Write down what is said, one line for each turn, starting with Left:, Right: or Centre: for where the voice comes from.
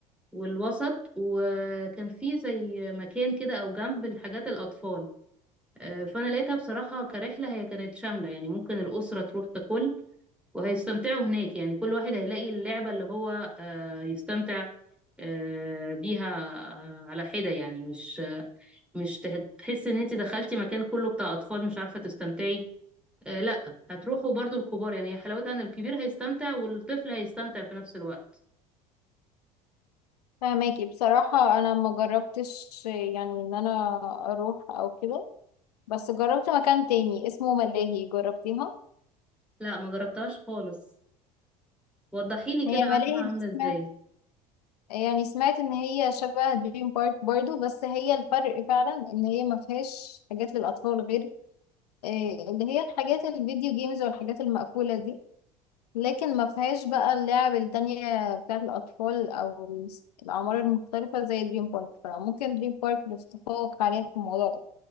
Centre: والوسط وكان في زي مكان كده او جنب الحاجات الاطفال آه، فانا لقيتها بصراحة كرحلة هي كانت شاملة يعني ممكن الأسرة تروح ككل وهيستمتعوا هناك يعني كل واحد هيلاقي اللعبة اللي هو آه، يستمتع آه، بيها آه، على حدة يعني مش مش تح- تحس ان انت دخلتي مكان كله بتاع اطفال مش عارفة تستمتعي آه، لا هتروحوا برضو الكبار يعني هي حلاوتها ان الكبير هيستمتع والطفل هيستمتع في نفس الوقت
Left: فهماكي بصراحة أنا ما جربتش يعني إن أنا أروح أو كده بس جربت مكان تاني اسمه ملاهي جربتيها
Centre: لا ما جربتهاش خالص وضحي لي كده
Left: هي
Centre: عنها
Left: ملاهي دي
Centre: عاملة
Left: سمعت
Centre: ازاي
Left: يعني سمعت إن هي شبه دريم بارك برضو بس هي الفرق فعلا إن هي ما فيهاش حاجات للأطفال غير آه، اللي هي الحاجات الفيديو جيمز والحاجات المقفولة دي لكن ما فيهاش بقى اللعب التانية بتاعة الأطفال أو الأعمار المختلفة زي دريم بارك فممكن دريم بارك اللي تتفوق عليها في الموضوع ده